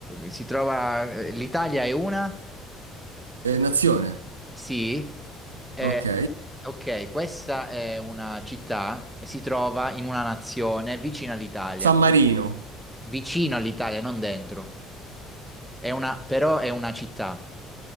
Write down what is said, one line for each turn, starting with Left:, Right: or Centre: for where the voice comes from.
Centre: si trova, eh, l'Italia è una?
Right: eh, nazione.
Centre: Sì. Eh,
Right: Ok.
Centre: ok, questa è una città e si trova in una nazione vicina all'Italia.
Right: San Marino,
Centre: Vicino all'Italia, non dentro. È una, però è una città.